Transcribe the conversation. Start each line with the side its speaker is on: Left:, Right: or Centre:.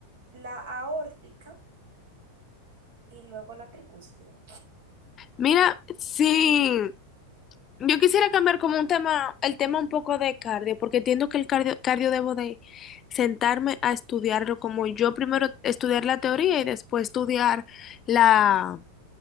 Right: la aórtica y luego la tricúspide.
Left: Mira, sí. Yo quisiera cambiar como un tema, el tema un poco de cardio, porque entiendo que el cardio, cardio debo de sentarme a estudiarlo, como yo primero estudiar la teoría y después estudiar la,